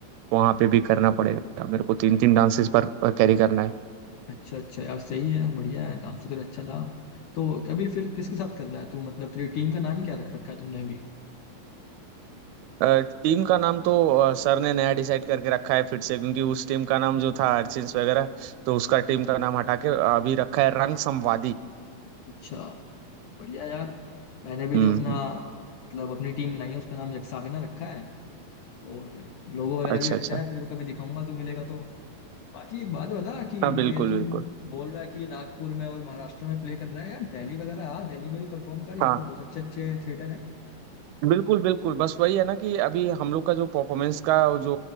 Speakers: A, on the right (about 85°); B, on the left (about 80°).
A: वहाँ पे भी करना पड़ेगा मेरे को तीन तीन डांस इस बार कैरी करना है
B: अच्छा अच्छा यार सही है बढ़िया है डांस तो तेरा अच्छा था तो अभी फिर किसके साथ कर रहा है तू मतलब तेरी टीम का नाम क्या रख रखा है तुमने अभी
A: टीम का नाम तो अ, सर ने नया डिसाइड करके रखा है फिर से क्योंकि उस टीम का नाम जो था अर्चिन्स वगैरह तो उसका टीम का नाम हटा के अभी रखा है रंग संवादी
B: अच्छा बढ़िया यार मैंने भी
A: हम्म
B: जो अपना
A: हम्म,
B: मतलब अपनी टीम बनाई है उसका नाम यक्षागना रखा है और लोगो वगैरह
A: अच्छा
B: भी अच्छा
A: अच्छा
B: है तेरे को कभी दिखाऊंगा तू मिलेगा तो बाकी एक बात बता कि
A: हाँ बिल्कुल
B: ये तू
A: बिल्कुल
B: बोल रहा है कि नागपुर में और महाराष्ट्र में प्ले कर रहा है यार दिल्ली वगैरह आ दिल्ली में भी परफॉर्म कर यहाँ
A: हाँ,
B: पे बहुत अच्छे अच्छे थिएटर है
A: बिल्कुल बिल्कुल बस वही है ना कि अभी हम लोग का जो परफॉर्मेंस का जो